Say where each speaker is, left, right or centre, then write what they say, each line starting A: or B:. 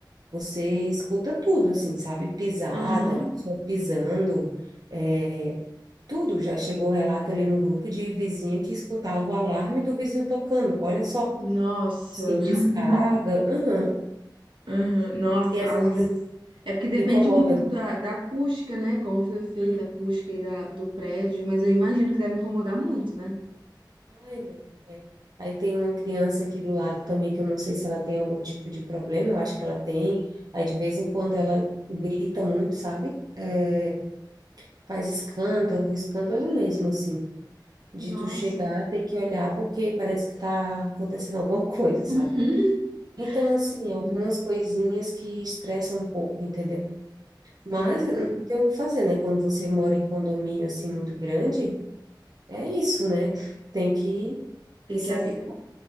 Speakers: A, on the right; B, on the right.
A: Você escuta tudo, assim, sabe? Pisada,
B: Aham.
A: pessoa pisando, é, tudo. Já chegou relato ali no grupo de vizinha que escutava o alarme do vizinho tocando. Olha só.
B: Nossa.
A: Sim,
B: <laughs>
A: descarga. Aham.
B: Aham. Nossa,
A: E às
B: às
A: vezes
B: vezes. É porque depende
A: incomoda.
B: muito da, da acústica, né? Como foi feita
A: Uhum.
B: a acústica aí da, do prédio, mas eu imagino que deve incomodar muito, né?
A: Ai, não. É. Aí tem uma criança aqui do lado também que eu não sei se ela tem algum tipo de problema, eu acho que ela tem. Aí de vez em quando ela grita muito, sabe? É, faz escândalo, escândalo mesmo, assim. De
B: Nossa.
A: tu chegar, ter que olhar porque parece que tá acontecendo alguma <laughs> coisa, sabe?
B: Uhum.
A: Então, assim,
B: Sim,
A: algumas coisinhas que estressam um pouco, entendeu? Mas
B: sim,
A: eh, não tem o que fazer, né? Quando você mora em condomínio assim muito grande, é isso, né? Tem que
B: tem
A: ir se
B: que, ace-
A: habituar.